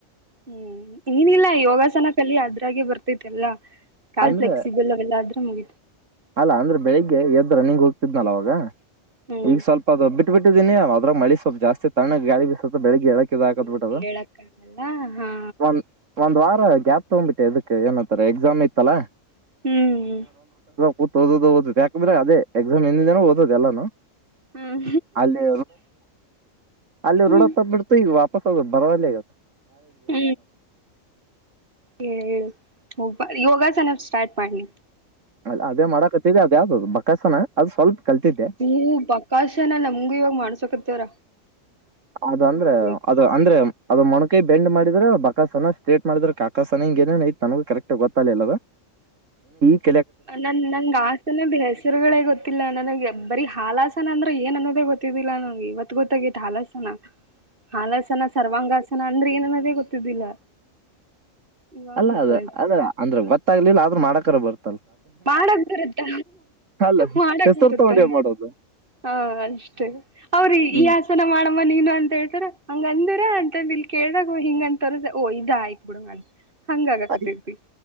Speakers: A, on the right; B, on the right.
A: ಹ್ಮ್ ಇಏನಿಲ್ಲ ಯೋಗಾಸನ ಕಲಿ ಆದ್ರೂ ೆ ಬರ್ತೈಲ್ಲ ಕಾನ್
B: ಅಂದ್ರೆ
A: ಫ್ಲೆಕ್ಸಿಬಲ್ ಎಲ್ಲ ಆದ್ರೆ ಮುಗ
B: ಅಲ್ಲ ಅಂದ್ರೆ ಬೆಳಿಗ್ಗೆ ಎದ್ರ ನೀಿಂಗ ಹೋಗ್ತಿದ್ನಲ್ಲ ಅವಾಗ
A: ಹ್ಮ್
B: ಈಗ ಸ್ವಲ್ಪ ಅದು ಬಿಟ್ಟ ಬಿಟ್ ಬಿಟ್ಟಿದ್ದಿನನ ಅವ ಅದ ಮಳಿ ಸ್ಲ್ಪ ಜಾಸ್ ತ್ಣ ಗಳಿ ಸ್ಲ್ಪ ಬೆಳಿಗ್ಗೆ ಹೇಳಕ್ ಇ ಇದ
A: ಹ್ಮ್
B: ಹಾಕತ್ ಬಿಟ್ಟದ
A: ಹೇಳಕ್ಕ ಆಗಲ್ಲ ಹಾ
B: ಒ ಒಂದ್ ವಾರ ಗ್ಯಾಪ್ ತಗ್ಬಿಟ್ಟೆ ಇದಕ್ ಏನಂತಾರೆ ಎಕ್ಸಾಮ್ ಇಐತ್ತಲ್ಲ
A: ಹ್ಮ್
B: ಕೂ ಓದ ಓದ ಯಾಕಂದ್ರೆ ಅದೇ ಎಕ್ಸಾಮ್ ಎಿಂದಿನನ ಓದ ಎಲ್ಲಾನು
A: ಹ್ಮ್
B: ಅಲ್ಲಿ ಅಲ್ಲಿ
A: ಹ್ಮ್
B: ೂಡತ್ತ
A: ಹ್ಮ್
B: ಬಿಿಡ್ತು ಈಗ ವಾಪ ಬರವಲ್ಲೆ ಆಗತ್ತೆ
A: ಹ್ಮ್ ಹೇಳ ಹೇಳು ಹಬ ಯೋಗಾಸನ ಸಟ್ ಮಾಡಿ
B: ಅ ಅದೇ ಮಾಡಕತದೆ ಅದೇ ಅದು ಬಕಾಸನ ಅದು ಸ್ವಲ್ಪ ಕಲ್ತಿದ್ದೆ
A: ಹ ಬಕಾಶಏನ ನಮಗು ಇವಾಗ ಮಾಡ್ಸಕತ್ತವ್ರ
B: ಅದು ಅಂದ್ರೆ
A: ಮಾಡ್ಬೇಕು
B: ಅದು ಅಂದ್ರೆ ಅದು ಮೊಣಕೈ ಬೆಂಡ್ ಮಾಡಿದ್ರೆ ಬಕಾ ಸನ ಸ್ಟ್ರೇಟ್ ಮಾಡಿದ್ರೆ ಕಾಕಾ ಸನ ಹಿಂಗ ಏನ ಐತ್ ನನಗಗೆ ಕರೆಕ್ಟ್ ಆಗ ಗೊತ್ತಿಲ್ಲಲ್ಲ ಅದು ಹಲ್ಲ
A: ನನ್ ನನ್ ಆಸನದ ಹೆಸರುಗಳೇ ಗೊತ್ತಿಲ್ಲ ನನಗೆ ಬರೀ ಹಾಲಾಸನ ಅಂದ್ರೆ ಏನ್ ಅನ್ನೋದೇ ಗೊತ್ತಿಲ್ಲ ನಗೆ ಇವತ್ತು ಗೊತ್ತಾಗತ್ತು ಹಾಲಸನ ಹಾಲಸನ ಸರ್ವಾಂಗ ನನ್ನ ಅಂದ್ರೆ ಏನನ್ನದೇ ಗೊತ್ತಿದ್ದಿಲ್ಲ ಇವಾಗ
B: ಅಲ್ಲ
A: ಗೊತ್ತಾಯ್ತು
B: ಅದ ಅದ್ರ ಅಂದ್ರೆ ಗೊತ್ತಾಗ್ಲಿಲ್ಲ ಆದ್ರರು ಮಾಡಕರ ಬರ್
A: ಮಾಡಕ್ ಬರುತ್ತ
B: ಅಲ್ಲ
A: ಮಾಡಕ್
B: ಹೆಸರು
A: ಬರುತ್ತ
B: ತಗೊಂಡ್ ಏನ್ ಮಾಡೋದು
A: ಹಾ ಅಷ್ಟೇ ಅವ್ರಿ
B: ಹ್ಮ್
A: ಈ ಆಸನ ಮಾಡಮ್ಮ ನೀನು ಅಂತ ಹೇಳ್ತಾರ ಹಂಗ ಅಂದರ ಅಂತಂದ ಇಲ್ ಕೇಳಾಗ ಹಿಂಗ ಅಂತಾರ ಓ ಇದ ಆಯ್ತ್ ಬಿಡಂಗ ಅಂತ ಹಂಗ ಆಗಕತೈತಿ.
B: ಅಯ